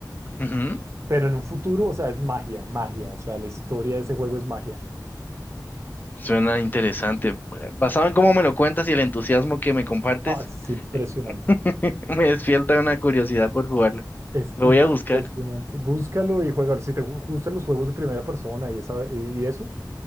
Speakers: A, on the left; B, on the right.
A: Ujú.
B: pero en un futuro, o sea, es magia, magia, o sea, la historia de ese juego es magia.
A: Suena interesante. Basado en cómo me lo cuentas y el entusiasmo que me compartes,
B: No, es impresionante.
A: <laughs> me despierta una curiosidad por jugarlo.
B: Es
A: Lo
B: impresionante.
A: voy a buscar.
B: Búscalo y juégalo. Si te gu- gustan los juegos de primera persona y, esa, y, y eso,